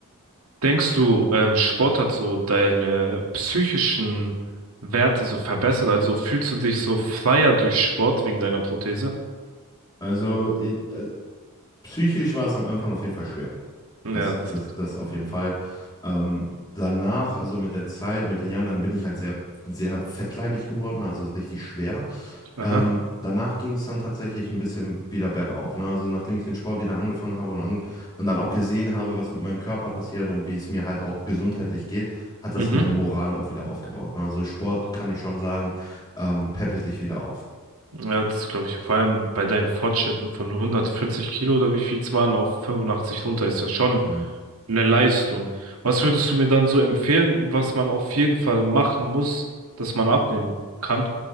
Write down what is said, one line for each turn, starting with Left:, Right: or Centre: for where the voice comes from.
Right: Denkst du, ähm, Sport hat so deine psychischen Werte so verbessert? Also fühlst du dich so freier durch Sport wegen deiner Prothese?
Left: Also ich, äh, psychisch war es am Anfang auf jeden Fall schwer.
Right: Ja,
Left: Das,
Right: das.
Left: das, das auf jeden Fall. Ähm, danach, also mit der Zeit, mit den Jahren, dann bin ich halt sehr, sehr fettleibig geworden, also richtig schwer.
Right: Aha.
Left: Ähm, danach ging es dann tatsächlich ein bisschen wieder bergauf. Ne? Also nachdem ich den Sport wieder angefangen habe und, an, und dann auch gesehen habe, was mit meinem Körper passiert und wie es mir halt auch gesundheitlich geht, hat das
Right: Mhm.
Left: meine Moral auch wieder aufgebaut. Ne? Also Sport kann ich schon sagen, ähm, peppelt dich wieder auf.
Right: Ja, das glaube ich. Vor allem bei deinen Fortschritten von 140 Kilo oder wie viel es waren auf 85 runter ist ja schon
Left: Ja.
Right: eine Leistung. Was würdest du mir dann so empfehlen, was man auf jeden Fall machen muss, dass man abnehmen kann?